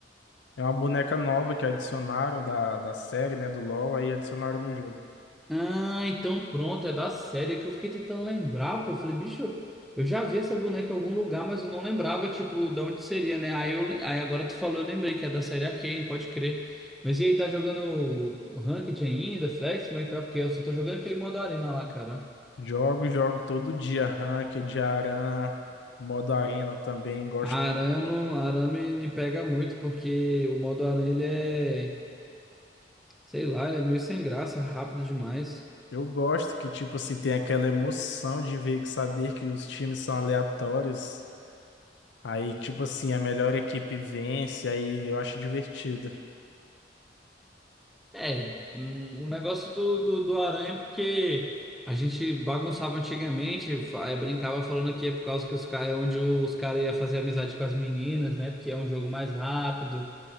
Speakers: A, on the left; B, in the centre.
A: É uma boneca nova que adicionaram da, da série, né, do LoL, aí adicionaram no jogo.
B: Ah, então pronto, é da série que eu fiquei tentando lembrar, pô. Falei, bicho, eu já vi essa boneca em algum lugar, mas eu não lembrava, tipo, de onde seria, né? Aí, eu, le- aí agora tu falou, eu lembrei que é da série Arcane, pode crer. Mas e aí, tá jogando o Ranked ainda, Flex? Como é que tá? Porque eu só tô jogando aquele modo arena lá, cara.
A: Jogo, jogo todo dia, ranked, aran, modo arena também, gosto.
B: Arano, arame me pega muito, porque o modo arena, ele é, sei lá, ele é meio sem graça, é rápido demais.
A: Eu gosto que, tipo assim, tem aquela emoção de ver, que saber que os times são aleatórios. Aí, tipo assim, a melhor equipe vence, aí eu acho divertido.
B: É, um, o negócio do, do, do aranha é porque a gente bagunçava antigamente, fa- eh, brincava falando que é por causa que os caras é onde os caras iam fazer amizade com as meninas, né? Porque é um jogo mais rápido,